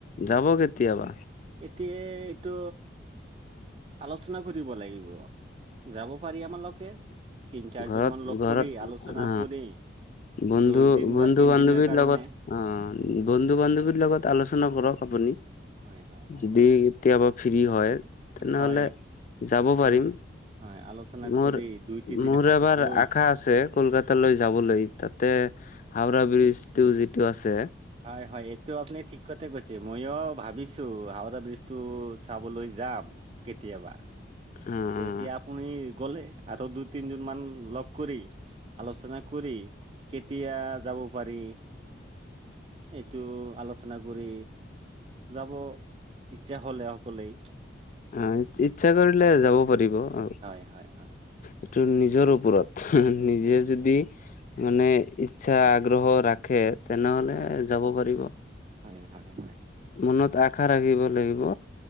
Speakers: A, on the left; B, on the right.
A: যাব কেতিয়াবা
B: এতিয়া এইটো আলোচনা কৰিব লাগিব যাব পাৰি আমালোকে তিন চাৰিজন
A: ঘৰত
B: মান লগ
A: ঘৰত
B: কৰি আলোচনা
A: অ
B: কৰি
A: বন্ধু,
B: দুইদিন
A: বন্ধু-বান্ধৱীৰ
B: বা তিনদিনৰ কাৰণে
A: লগত অ'
B: হয়
A: বন্ধু-বান্ধৱীৰ
B: হয়
A: লগত আলোচনা কৰক আপুনি
B: হয় হয় হয়
A: যদি কেতিয়াবা ফ্ৰী হয়। তেনেহলে
B: হয়
A: যাব পাৰিম
B: আলো হয় আলোচনা
A: মোৰ-
B: কৰি দুই তিনদিন
A: মোৰ
B: হাতত
A: এবাৰ
B: লৈ
A: আশা আশা আছে কলকাতালৈ যাবলৈ তাতে হাওৰা ব্ৰীজটো যিটো আছে
B: হয়, হয় এইটো আপনি থিক কতে কৈছে মইয়ো ভাবিছো হাওৰা ব্ৰীজটো চাবলৈ যাম কেতিয়াবা।
A: অ
B: ত' তেতিয়া আপুনি গলে আৰু দুই তিনজন মান লগ কৰি আলোচনা কৰি কেতিয়া যাব পাৰি। এইটো আলোচনা কৰি যাব। ইচ্ছা হলে অকলেই
A: অ' ইচ্ছা কৰিলে যাব পাৰিব অ',
B: হয়' হয়' হয়।
A: এইটো নিজৰ ওপৰত নিজে
B: হয়
A: যদি মানে ইচ্ছা আগ্ৰহ ৰাখে তেনেহলে
B: হয়
A: যাব পাৰিব।
B: হয় হয় হয়।
A: মনত আশা ৰাখিব লাগিব।